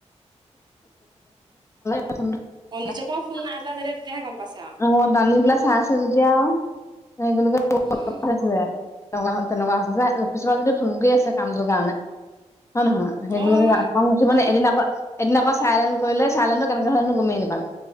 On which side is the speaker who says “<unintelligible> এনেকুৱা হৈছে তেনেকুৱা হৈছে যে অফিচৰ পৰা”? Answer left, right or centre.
Left